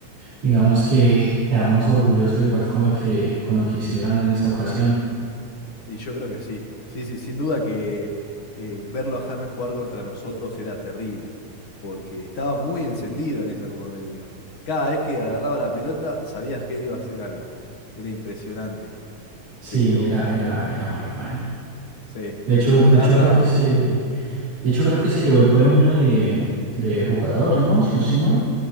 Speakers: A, on the right; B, on the left.
A: digamos que quedamos orgullosos igual con lo que, con lo que hicieron en esa ocasión.
B: Y yo creo que sí. Sí, sí, sin duda que eh, verlo a James jugar contra nosotros era terrible, porque estaba muy encendido en esa Copa América. Cada vez que agarraba la pelota, sabías que él iba a hacer algo. Era impresionante,
A: Sí,
B: pero
A: era, era,
B: eh,
A: era muy bueno.
B: sí,
A: De
B: pero
A: hecho,
B: con
A: de
B: garra.
A: hecho creo que se, de hecho creo que se llevó el premio de, de jugador, ¿no? Si no estoy mal.